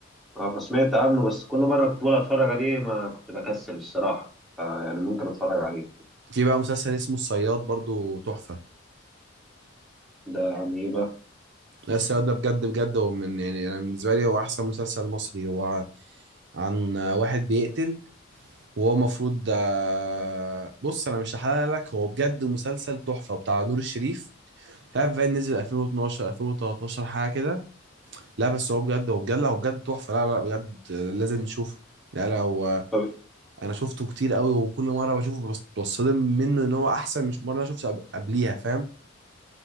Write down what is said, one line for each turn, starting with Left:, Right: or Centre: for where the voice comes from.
Centre: اه فسمعت عنه بس كل مرة كنت بقول اتفرج عليه ما كنت بكسل الصراحة فيعني ممكن اتفرج عليه
Right: في بقى مسلسل اسمه الصياد برضو تحفه
Centre: ده عن ايه بقى
Right: لا الصياد ده بجد بجد هو من يعني انا بالنسبه لي هو احسن مسلسل مصري هو عن واحد بيقتل وهو المفروض آه، بص انا مش هحلل لك هو بجد مسلسل تحفه بتاع نور الشريف مش عارف بقى نزل 2012 2013 حاجه كده لا بس هو بجد هو بجد لا هو بجد تحفه لا لا بجد آه، لازم نشوفه لا لا هو
Centre: طب
Right: انا شفته كتير قوي وكل مره بشوفه بس بتصدم منه ان هو احسن مش مره انا شفته قب- قبليها فاهم